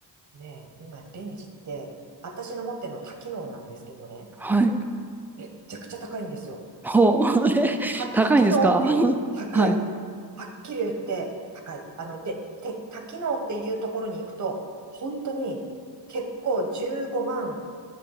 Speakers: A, on the right; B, in the centre.
A: ねえ、今、レンジって、私の持ってるの多機能なんですけどね、
B: はい。
A: めっちゃくちゃ高いんですよ。
B: ほう。<laughs> え、
A: は、
B: 高いんですか？
A: 多機能っていう、
B: <laughs>
A: 高い。
B: はい。
A: はっきり言って高い。あの、で、て、多機能っていうところに行くと、本当に結構15万